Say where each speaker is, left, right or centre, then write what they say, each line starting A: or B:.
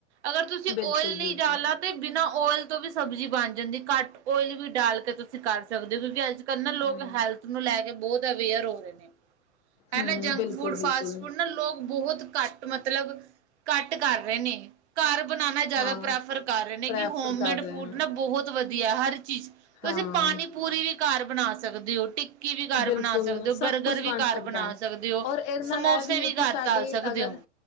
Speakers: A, on the right (about 70°); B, on the left (about 20°).
A: ਅਗਰ ਤੁਸੀਂ
B: ਬਿਲਕੁਲ
A: ਓਇਲ
B: ਬਿਲਕੁਲ
A: ਨਹੀਂ ਡਾਲਣਾ ਤੇ ਬਿਨਾਂ ਓਇਲ ਤੋਂ ਵੀ ਸਬਜ਼ੀ ਬਣ ਜਾਂਦੀ ਘੱਟ ਓਇਲ ਵੀ ਡਾਲ ਕੇ ਤੁਸੀਂ ਕਰ ਸਕਦੇ ਹੋ ਕਿਉਂਕਿ ਅੱਜ ਕੱਲ ਨਾ ਲੋਕ
B: ਹਮ
A: ਹੈਲਥ ਨੂੰ ਲੈ ਕੇ ਬਹੁਤ ਅਵੇਅਰ ਹੋ ਰਹੇ ਨੇ। ਹਨਾ
B: ਹਮ
A: ਜੰਕ
B: ਬਿਲਕੁਲ
A: ਫੂਡ
B: ਬਿਲਕੁਲ
A: ਫਾਸਟ ਫੂਡ ਨਾ ਲੋਕ ਬਹੁਤ ਘੱਟ ਮਤਲਬ ਘੱਟ ਕਰ ਰਹੇ ਨੇ। ਘਰ ਬਣਾਉਣਾ ਜ਼ਿਆਦਾ
B: ਹਾਂ
A: ਪ੍ਰੈਫਰ ਕਰ ਰਹੇ ਨੇ
B: ਪ੍ਰੈਫਰ
A: ਕਿ ਹੋਮਮੇਡ
B: ਕਰ ਰਹੇ
A: ਫੂਡ
B: ਹਾਂ
A: ਨਾ ਬਹੁਤ ਵਧੀਆ ਹਰ ਚੀਜ਼ ਤੁਸੀਂ
B: ਹਾਂ
A: ਪਾਣੀ ਪੂਰੀ ਵੀ ਘਰ ਬਣਾ ਸਕਦੇ ਹੋ ਟਿ ਟਿੱਕੀ ਵੀ ਘਰ
B: ਬਿਲਕੁਲ
A: ਬਣਾ ਸਕਦੇ ਹੋ
B: ਸਭ
A: ਬਰਗਰ
B: ਕੁਛ
A: ਵੀ
B: ਬਣ
A: ਘਰ
B: ਸਕਦਾ
A: ਬਣਾ
B: ਹੈ
A: ਸਕਦੇ ਹੋ
B: ਔਰ ਇਹਦੇ ਨਾਲ
A: ਸਮੋਸੇ
B: ਇਹ
A: ਵੀ
B: ਹੈ
A: ਘਰ
B: ਕਿ ਸਾਡੇ
A: ਤਾਲ ਸਕਦੇ
B: ਅਗਰ
A: ਹੋ।